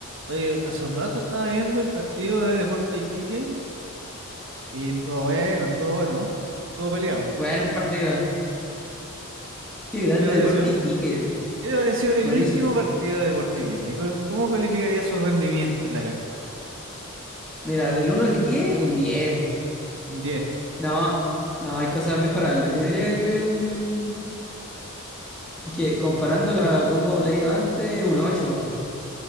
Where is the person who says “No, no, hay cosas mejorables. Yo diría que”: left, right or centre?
Centre